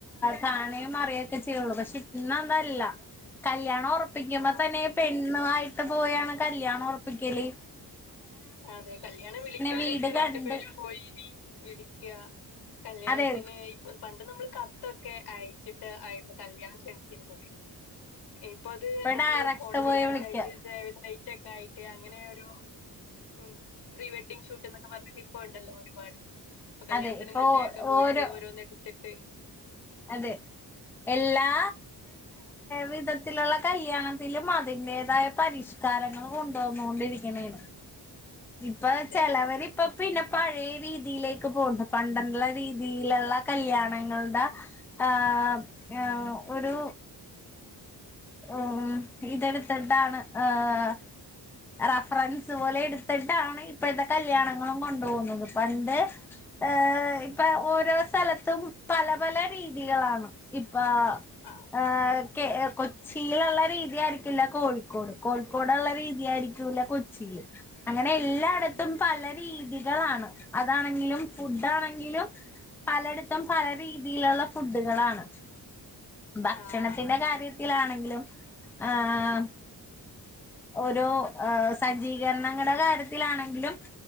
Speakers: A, in the centre; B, on the left.
A: കാണയും അറിയൊക്കെ ചെയ്യുള്ളൂ പക്ഷെ ഇന്ന് അതല്ല കല്ല്യാണം ഒറപ്പിക്കുമ്പോ
B: ആഹ്
A: തന്നെ
B: അതെ
A: പെണ്ണുവായിട്ട് പോയാണ് കല്യാണം ഒറപ്പിക്കല്
B: അതെ കല്യാണം വിളിക്കാനൊക്കെ
A: വീട്
B: രണ്ടു
A: കണ്ട്
B: പേര് പോയിന് പിടിക്ക കല്യാണത്തിന്
A: അതെ
B: പണ്ട് നമ്മള് കത്തൊക്കെ അയച്ചിട്ട് ആയിരുന്നു കല്യാണം ക്ഷണിച്ചിരുന്നത് ഇപ്പൊ അത് നമ്മള്
A: ഡയറക്ട്
B: ഫോണിലൂടെ
A: പോയി വിളിക്ക
B: ഒക്കെ ആയിട്ട് സേവ് ദ ഡൈറ്റ് ഒക്കെ ആയിട്ട് അങ്ങനെ ഒരു ഉം പ്രീ വെഡിംഗങ് ഷൂട്ട് എന്നൊക്കെ പറഞ്ഞിട്ട് ഇപ്പ ഉണ്ടല്ലോ ഒരുപാട് ഇപ്പൊ കല്യാണത്തിന്
A: അതെ ഇപ്പൊ
B: മുന്നേ ഒക്കെ പോയിട്ട്
A: ഓരോ
B: ഓരോന്ന് എടുത്തിട്ട്
A: അതെ എല്ലാ വിധത്തിലുള്ള കല്യാണത്തിലും അതിന്റെതായ പരിഷ് കാരങ്ങള് കൊണ്ടുവന്നൊണ്ടിരിക്കണെയാണ് ഇപ്പൊ
B: അതെ
A: ചെലവര് ഇപ്പൊ പിന്നെ പഴയ രീതിയിലേക്ക് പോന്ന് പണ്ടുള്ള രീതിയിലുള്ള കല്യാണങ്ങളുടെ ആഹ് ആഹ് ഒരു ഉം ഇതെടുത്തിട്ടാണ് ആഹ് റഫറൻസ് പോലെ ഇടുത്തിട്ടാണ് ഇപ്പോഴത്തെ കല്യാണങ്ങളും കൊണ്ട് പോന്നത് പണ്ട് ഏഹ് ഇപ്പൊ ഓരോ സ്ഥലത്തും പല പല രീതികളാണ് ഇപ്പ
B: ആ
A: ഏഹ് കെ കൊച്ചിയിലുള്ള രീതിയായിരി ക്കില്ല കോഴിക്കോട് കോഴിക്കോട്ള്ള രീതിയായിരിക്കൂല്ല കൊച്ചിയില് അങ്ങനെ എല്ലായിടത്തും
B: അതെ
A: പല രീതികളാണ്. അതാണെങ്കിലും ഫുഡാണെങ്കിലും പലയിടത്തും പല രീതിയിലുള്ള ഫുഡുകളാണ് ഭക്ഷണത്തിന്റെ
B: ആ അതെ
A: കാര്യ ത്തിലാണെങ്കിലും ആഹ് ഓരോ ഏഹ് സജ്ജീകരണങ്ങടെ കാര്യത്തിലാണെങ്കിലും